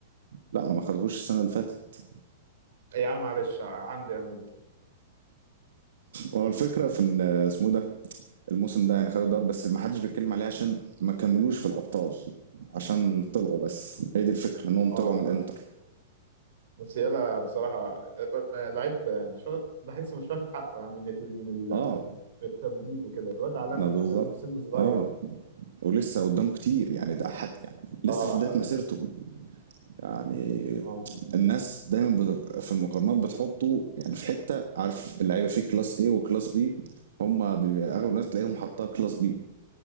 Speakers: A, on the right; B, on the right.
A: لا ما خدوهوش السنه اللي فاتت
B: إيه يا عم معلش عندي أنا دي
A: هو الفكره في ان اسمه إيه ده الموسم ده يعني خدوا الدوري بس ما حدش بيتكلم عليه عشان ما كملوش في الابطال عشان طلعوا بس هي دي الفكره انهم طلعوا
B: اه
A: من الانتر
B: فاهم بس يلا بصراحة آه، آه، لعيب آه، مش واخد بحسه مش واخد حقه يعني من ال- من ال-
A: اه
B: من التمجيد وكده الواد عالمي
A: ما بالظبط
B: عالمي وسنه صغير
A: اه ولسه قدامه كتير يعني ده حد يعني لسه
B: اه
A: في بدايه
B: اي
A: مسيرته يعني
B: اه
A: الناس دايما بت- في المقارنات بتحطه يعني في حته عارف اللعيبه فيه كلاس ايه وكلاس بي هم بيبقى اغلب الناس تلاقيهم حاطها كلاس بي